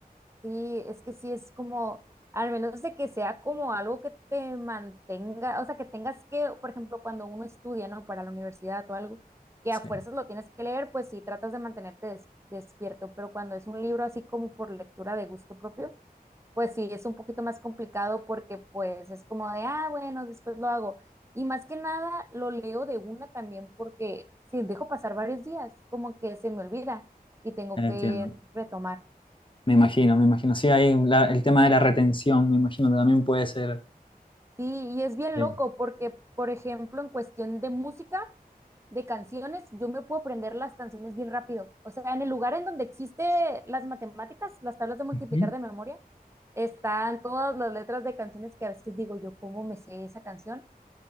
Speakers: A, on the right; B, on the left.
A: sí, es que sí es como, al menos de que sea como algo que te mantenga, o sea, que tengas que, por ejemplo, cuando uno estudia, ¿no? Para la universidad o algo, que
B: Sí,
A: a fuerzas lo tienes que leer, pues sí, tratas de mantenerte des- despierto, pero cuando es un libro así como por lectura de gusto propio, pues sí, es un poquito más complicado porque pues es como de, ah, bueno, después lo hago. Y más que nada lo leo de una también porque si dejo pasar varios días, como que se me olvida y tengo
B: entiendo.
A: que retomar.
B: Me imagino, me imagino. Sí, ahí la- el tema de la retención, me imagino, que también puede ser.
A: Sí, y es bien
B: sí.
A: loco porque, por ejemplo, en cuestión de música, de canciones, yo me puedo aprender las canciones bien rápido. O sea, en el lugar en donde existe las matemáticas, las tablas de multiplicar
B: Ujú.
A: de memoria, están todas las letras de canciones que a veces digo yo, ¿cómo me sé esa canción?